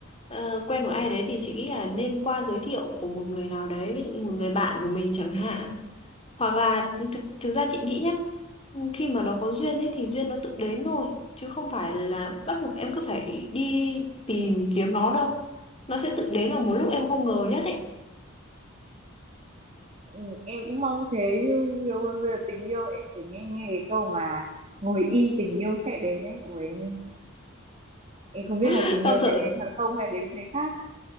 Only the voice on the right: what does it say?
ừ, em cũng mong thế chứ yêu bây giờ tình yêu em cứ nghe nghe cái câu mà ngồi im tình yêu sẽ đến ấy Ủa, em, em không biết
là tình
yêu
sẽ đến thật không hay đến với người khác